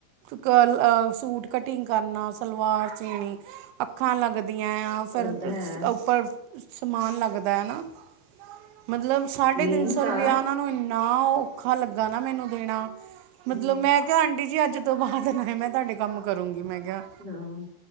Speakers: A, on the right; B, on the right.
A: ਕਲ ਅ ਸੂਟ ਕਟੀਗ ਕਰਨਾ ਸਲਵਾਰ ਸੀਣੀ, ਅੱਖਾਂ ਲੱਗਦੀ ਐ ਆ ਸਰ
B: ਉਹ ਤਾਂ ਹੈ
A: ਸ ਅ ਉੱਪਰ ਸਮਾਨ ਲੱਗਦੈ ਨਾ। ਮਤਲਵ ਸਾਢੇ
B: ਮੇਨ
A: ਤੇਨ ਸੌ
B: ਤਾਂ
A: ਰੁਪਇਆ ਓਨਾ ਨੂੰ ਆ ਔਖਾ ਲੱਗਾ ਨਾ, ਮੈਨੂੰ ਦੇਣਾ।
B: ਹਮ
A: ਮਤਲਵ ਮੈਂ ਕੇਆ ਆਂਟੀ ਜੀ ਅੱਜ ਤੋਂ ਬਾਦ ਮੈਂ ਨਾ ਤਧਾਡੇ ਕੰਮ ਕਰੂੰਗੀ ਮੈਂ ਕੇਆ।
B: ਹਾਂ